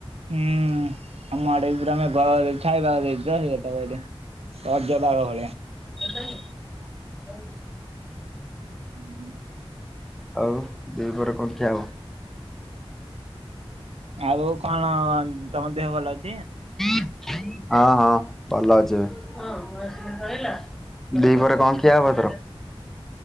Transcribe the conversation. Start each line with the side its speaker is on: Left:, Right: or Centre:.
Right: ହୁଁ ଆମ ଆଡେ ପୁରା ମେଘୁଆ ପାଗ ଦେଇ ଛାଇ ପାଗ। <unintelligible> ରଜପାଗ ଭଳିଆ।
Centre: <inaudible>
Right: <unintelligible>
Centre: ଆଉ ଦିପହରେ କ ଖିଆହବ?
Right: ଆଉ କଣ ତମ ଦେହ ଭଲ ଅଛି
Centre: <inaudible> ହଁ ହଁ ଭଲ ଅଛି ଏବେ। ଦିପହରେ କଣ କିଏ ୟାଭିତରୁ?